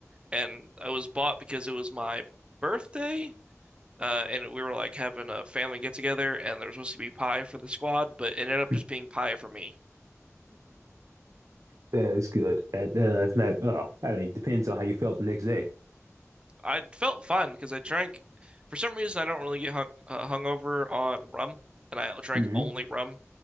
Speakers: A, on the right; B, on the right.
A: And I was bought because it was my birthday, uh, and we were like having a family get together, and there was supposed to be pie for the squad, but it ended up
B: <laughs>
A: just being pie for me.
B: That is good. That, that- that's not, well, I mean, it depends on how you felt the next day.
A: I felt fine because I drank. For some reason, I don't really get hung uh, hungover on rum, and I drank
B: hmm
A: only rum